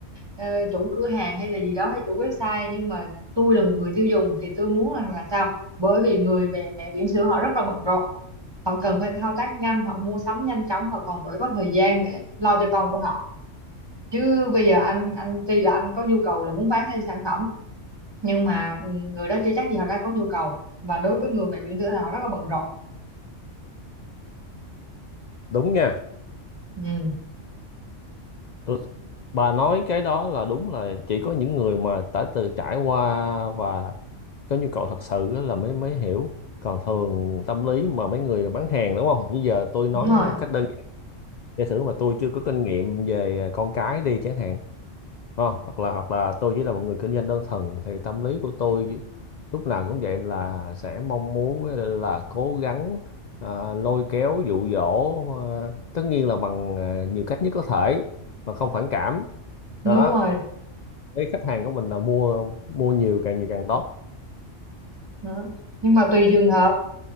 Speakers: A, on the right; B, on the left.
A: ờ, chủ cửa hàng hay là gì đó hay chủ website nhưng mà tôi là một người tiêu dùng thì tôi muốn rằng là sao bởi vì người mẹ mẹ bỉm sữa họ rất là bận rộn họ cần phải thao tác nhanh họ mua sắm nhanh chóng họ còn phải có thời gian để lo cho con của họ chứ bây giờ anh anh tuy là anh có nhu cầu là muốn bán thêm sản phẩm nhưng mà ừ, người đó chưa chắc gì họ đã có nhu cầu và đối với người mẹ bỉm sữa thì họ rất là bận rộn
B: đúng nha
A: ừ
B: tôi, bà nói cái đó là đúng là chỉ có những người mà đã từ trải qua và có nhu cầu thật sự á là mới mới hiểu còn thường tâm lý mà mấy người bán hàng đúng không bây giờ tôi nói
A: đúng rồi
B: cách đơn giản giả sử mà tôi chưa có kinh nghiệm về con cái đi chẳng hạn không hoặc là hoặc là tôi chỉ là một người kinh doanh đơn thuần thì tâm lý của tôi lúc nào cũng vậy là sẽ mong muốn là cố gắng à, lôi kéo dụ dỗ à, tất nhiên là bằng à, nhiều cách nhất có thể mà không phản cảm
A: đúng
B: đó
A: rồi
B: với khách hàng của mình là mua mua nhiều càng nhiều càng tốt
A: Đó. Nhưng mà tùy trường hợp